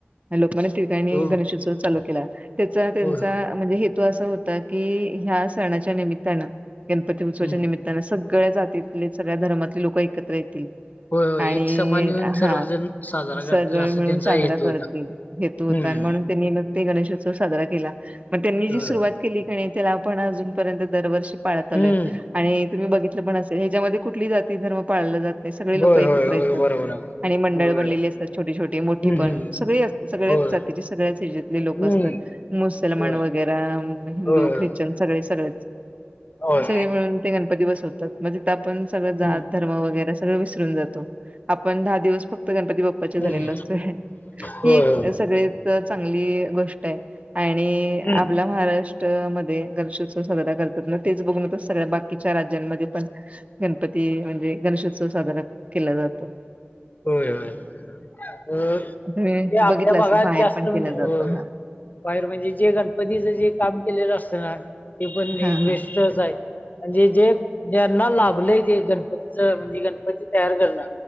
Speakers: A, on the right; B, on the left.
A: लोकमान्य टिळकांनी
B: हो
A: गणेशोत्सव चालू केला. त्याचा त्यांचा
B: होय होय
A: म्हणजे हे हेतू असा होता की, ह्या सणाच्या निमित्तानं, गणपती उत्सवाच्या
B: हम्म
A: निमित्तानं. सग सगळ्या जातीतले सगळ्या धर्मातले लोक एकत्र येतील
B: होय होय
A: आणि
B: एक समान येऊन
A: हा
B: सर्वजण साजरा
A: सरळ
B: करतील असा
A: मिळून
B: त्यांचा
A: साजरा
B: हेतू
A: करतील
B: होता
A: हेतू होता
B: हम्म
A: म्हणून त्यांनी ते गणेशोत्सव साजरा केला मग त्यांनी जी
B: होय
A: सुरुवात
B: होय
A: केली त्याला आपण अजूनपर्यंत दरवर्षी पाळत आलोय
B: हम्म
A: आणि तुम्ही बघितलं पण असेल ह्याच्यामध्ये कुठली जाती धर्म पाळला जात सगळे लोकं
B: होय
A: एकत्र
B: होय होय
A: येतात.
B: बरोबर आहे
A: आणि मंडळ
B: होय
A: बनलेली असतात छोटी छोटी, मोठी
B: हम्म
A: पण.
B: हम्म
A: सगळे असतात सगळ्याच
B: होय
A: जातीचे सगळ्याच हेच्यातली लोक
B: हम्म
A: असतात. मुस्लमान
B: होय
A: वगैरे आ हिंदू
B: होय
A: ख्रिश्चन सगळे सगळेच
B: होय
A: सगळे मिळून ते गणपती बसवतात मग तिथ आपण सगळं जात
B: हम्म
A: दमा वैगेरे सर्व विसरून जातो आपण दहा दिवस फक्त गणपती बाप्पा झालेल
B: हम्म
A: असतोय
B: होय
A: ही
B: होय
A: सगळ चांगली गोष्ट आहे आणि
B: हम्म
A: आपला महाराष्ट्र मध्ये गणेशोत्सव साजरा करतात ना तेच बघून सगळ्या बाकीच्या राज्यांमध्ये पण गणपती म्हणजे गणेशोत्सव साजरा केला जातो
B: होय होय म्हणजे
A: तुम्ही
B: आपल्या
A: बघितलं
B: भागात
A: असेल बाहेर
B: जास्त
A: पण
B: म्हणजे
A: केला जातो
B: हो
A: हा
B: बाहेर म्हणजे जे गणपतीच जे काम केलेलं असत ना ते पण
A: हा
B: एक व्यस्तच
A: हा
B: आहे म्हणजे जे ज्यांना लाभलंय ते गणपतीच म्हणजे गणपती तयार करणं